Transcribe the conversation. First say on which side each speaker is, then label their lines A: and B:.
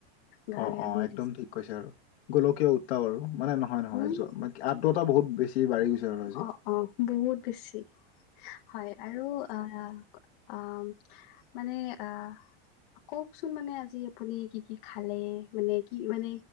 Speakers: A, on the left; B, on the left.
A: গা
B: অ
A: বেয়া
B: অ
A: কৰি
B: একদম
A: দিছে
B: ঠিক
A: আজি
B: কৈছে আৰু গোলকীয় উত্তাপ আৰু মানে নহয় নহয়
A: উম
B: য ম আদ্ৰতা বহুত বেছি। বাঢ়ি গৈছে আৰু আজি
A: অ অ বহুত বেছি হয় আৰু আ আম মানে আ কওঁকচোন মানে আজি আপুনি কি কি খালে মানে কি মানে